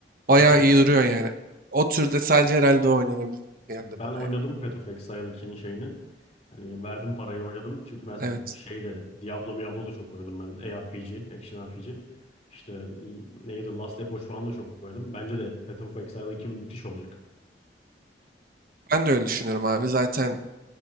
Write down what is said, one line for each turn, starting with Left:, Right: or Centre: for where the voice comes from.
Right: Bayağı
Left: Hı hı.
Right: iyi duruyor yani. O türde sadece herhalde o oynanabilir gibi
Left: Ben
Right: geldi bana
Left: oynadım
Right: yani.
Left: Path of Exile 2'nin şeyini. Hani verdim parayı oynadım. Çünkü ben
Right: Evet.
Left: şeyde Diablo Diablo da çok oynadım ben. ARPG, Action RPG. İşte l- neydi Last Epoch falan da çok oynadım. Bence de Path of Exile 2 müthiş olacak.
Right: Ben de öyle düşünüyorum abi. Zaten